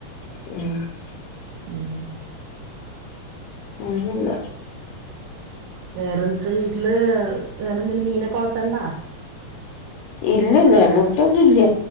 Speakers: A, on the left (about 80°); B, on the right (about 75°).
A: ആ
B: ഉം
A: അങ്ങനല്ല
B: വേറെന്തിട്ട് വീട്ടില് വേറെ എന്തേിലും മീനക്കെ വളർത്തുന്നുണ്ടെ
A: ഇല്ലല്ല അങ്ങനത്തൊന്നുംല്ല